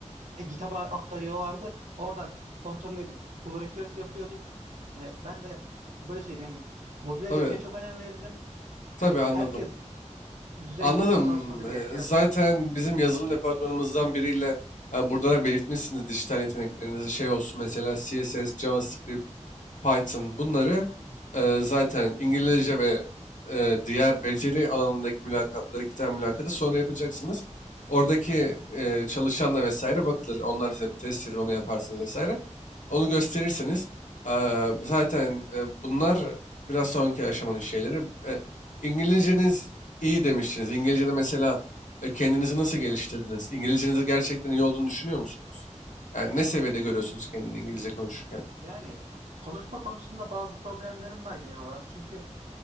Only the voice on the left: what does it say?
Tabii.
Tabii
anladım.
Anladım.
Ee, Zaten
bizim yazılım departmanımızdan biriyle ha, burada da belirtmişsiniz dijital yeteneklerinizi şey olsun mesela CSS, JavaScript Python bunları eee, zaten İngilizce ve eee, diğer beceri alanındaki mülakatları, iki tane mülakatı sonra yapacaksınız. Oradaki eee, çalışanla vesaire bakılır. Onlar size bir test verir, onu yaparsınız vesaire. Onu gösterirsiniz. Eee, zaten eee, bunlar biraz sonraki aşamanın şeyleri. E, İngilizceniz iyi demiştiniz. İngilizce'de mesela e, kendinizi nasıl geliştirdiniz? İngilizcenizi gerçekten iyi olduğunu düşünüyor musunuz? Yani ne seviyede görüyorsunuz kendini İngilizce konuşurken?